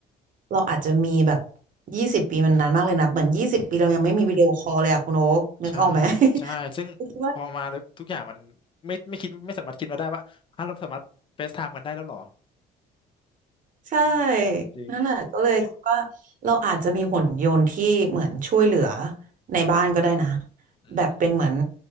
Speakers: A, on the right; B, on the left.
A: เราอาจจะมีแบบยี่สิบปีมันนานมากเลยนะเหมือนยี่สิบปีเรายังไม่มีวิดีโอคอลเลยอะคุณโอ๊กนึกออกไหม
B: ใช่ใช่ซึ่งพอมาแล้วทุกอย่างมันไม่ไม่คิดไม่สามารถคิดมาได้ว่าฮะเราสามารถเฟซไทม์กันได้แล้วเหรอ
A: <laughs> คิดว่าใช่
B: อืมจริง
A: นั่นแหละก็เลยคิดว่าเราอาจจะมีหุ่นยนต์ที่เหมือนช่วยเหลือในบ้านก็ได้นะ
B: อืม
A: แบบเป็นเหมือน